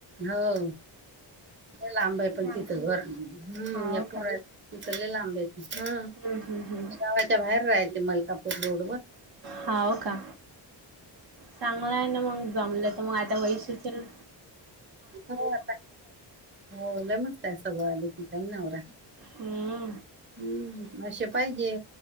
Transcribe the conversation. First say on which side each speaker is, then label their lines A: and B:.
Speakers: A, on the right (about 25°); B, on the right (about 55°).
A: हो. लांब आहे पण
B: सांग
A: तिथं घर हम्
B: हाव
A: या पोर रा तिथले लांब आहे त
B: हम हम हम.
A: गावाच्या बाहेर राहायते मलकापूर रोड वर.
B: हाव का चांगलंय हाय ना मग. जमले तर मग आता वै सुचल
A: हो आता हो लय मस्त आहे स्वभावानी तिचा नवरा.
B: हम्म.
A: हम्म. असे पाहिजे